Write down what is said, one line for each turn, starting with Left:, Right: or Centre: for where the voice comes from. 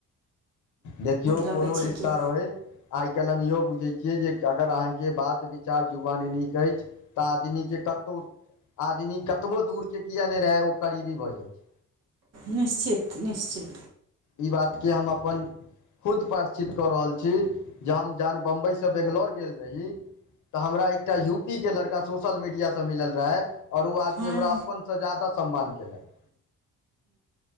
Left: देखियौ
Right: लगै
Left: कोनो
Right: छै
Left: रिश्ता
Right: कि
Left: रहय। आइकाल्हि हम इहो बुझै छियै जे अगर अहाँके बात विचार युवा नीक अछि। तऽ आदमीके कतहु आदमी कतबो दूरके किए नहि रहय ओ करीबी भऽ जाइत छै।
Right: निश्चित निश्चित।
Left: ई बातके हम अपन खुद प्रास्चत कऽ रहल छी जे हम जहन बम्बईसँ बेंगलोर गेल रही तऽ हमरा एकटा यूपीे के लड़का सोशल मीडियासँ मिलल रहै। आओर ओ आदमी
Right: हँ
Left: हमरा अपनसँ ज्यादा सम्मान केलक।